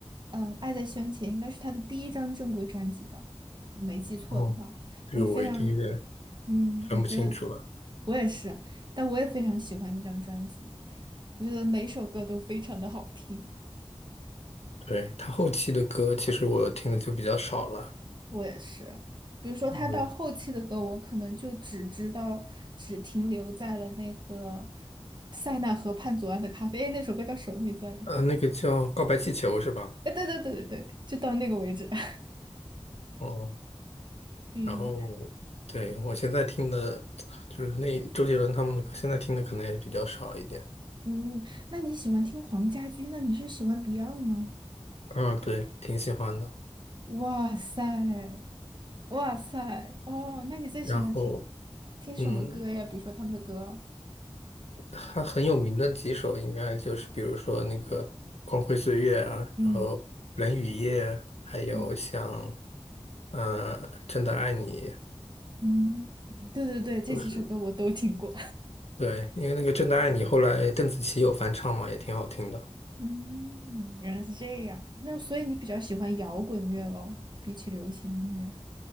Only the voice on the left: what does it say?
哦，这个我已经有点
分不清楚了。
对，他后期的歌，其实我听的就比较少了，
嗯，
呃，那个叫《告白气球》是吧？
哦，
然后，对，我现在听的，就是那周杰伦他们的歌现在听的可能也比较少一点。
啊，对，挺喜欢的。
然后，
嗯，
他很有名的几首，应该就是比如说那个《光辉岁月》啊，
然后《冷雨夜》，还有像
呃《真的爱你》，
都是对，因为那个《真的爱你》后来邓紫棋有翻唱嘛，也挺好听的。